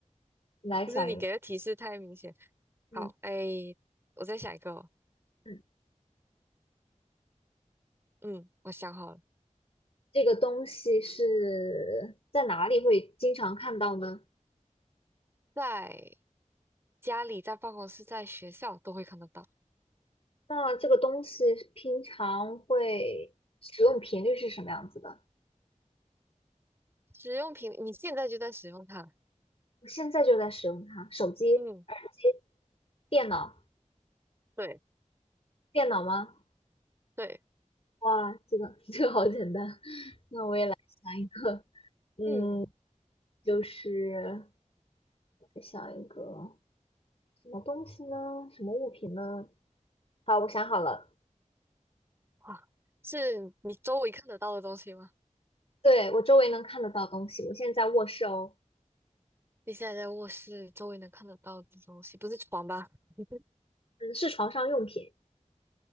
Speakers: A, on the left (about 50°); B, on the right (about 20°).
A: 你来想一个，
B: 不是你给的提示太明显。好，
A: 嗯。
B: 哎，我再想一个哦
A: 嗯。
B: 嗯，我想好了，
A: 这个东西是在哪里会经常看到呢？
B: 在家里、在办公室、在学校都会看得到
A: 那这个东西平常会使用频率是什么样子的？
B: 使用品，你现在就在使用它。
A: 我现在就在使用它，手机、
B: 嗯，
A: 耳机、电脑，
B: 对
A: 电脑吗？
B: 对，
A: 哇，这个 <laughs> 这个好简单，想一个，嗯，
B: 嗯，
A: 就是我想一个什么东西呢？什么物品呢？好，我想好了，
B: 哇，是你周围看得到的东西吗？
A: 对，我周围能看得到东西，我现在在卧室哦，
B: 你现在在卧室，周围能看得到的东西，不是床吧？<laughs>
A: 嗯，是床上用品。